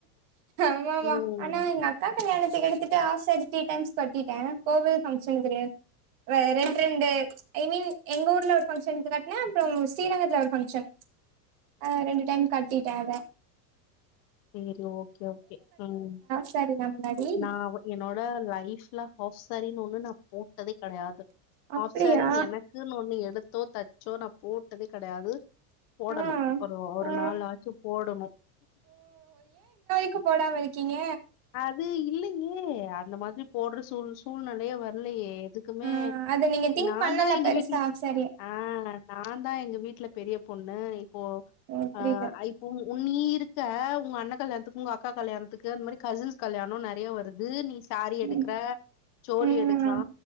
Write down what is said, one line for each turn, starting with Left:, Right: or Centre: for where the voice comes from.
Right: ஆமாமா
Left: அ ம்
Right: ஆனா எங்க அக்கா கல்யாணத்துக்கு எடுத்துட்டு ஆஃப் சேரி த்ரீ டைம்ஸ் கட்டிட்டே போவது பங்க்ஷனுக்கு வேற் வே ரெண்டு ரெண்டு ஐ மீன் எங்க ஊர்ல ஒரு ஃபங்க்ஷன்க்கு கட்டுனே அப்றோ ஸ்ரீரங்கத்துல ஒரு பங்க்ஷன் ஆ ரெண்டு டைம் கட்டிட்டே அத
Left: செரி ஓகே ஓகே ம்
Right: செரி நா முன்னாடி
Left: நா என்னோட லைஃப்ல ஹாப் சேரின்னு ஒண்ணு நா போட்டதே கடையாது
Right: அப்டியா
Left: ஹாப் சேரின் எனக்கு னக்குனு ஒண்ணு எடுத்தோ தச்சோ நா போட்டதே கெடையாது போடணு
Right: ஆ
Left: ஒரு ஒரு
Right: ஆ
Left: நாளாச்சு போடணு
Right: துக்கு போடாம இருக்கிங்க
Left: இது இல்லயே அந்த மாதிரி போடுற சூழ் சூழ்நிலையே வரலயே எதுக் க்குமே
Right: ஆ அத நீங்க திங்க்
Left: நாந்தா
Right: பண்ணல
Left: எங்க
Right: பெருசா
Left: வீட்ல
Right: ஆஃப் சாரிய
Left: ஆ நா தா எங்க வீட்ல பெரிய பொண்ணு இப்போ
Right: ஓ புரியுது
Left: ஆ ஐ உ உன் நீ இருக்க உங்க அண்ணன் கல்யாணத்துக்கு உங்க அக்கா கல்யாணத்துக்கு அந்த மாரி கசின்ஸ் கல்யாணோ நெறைய வருது நீ சேரி எடுக்குற
Right: ம்
Left: சோளி
Right: ம்
Left: எடுக்கலா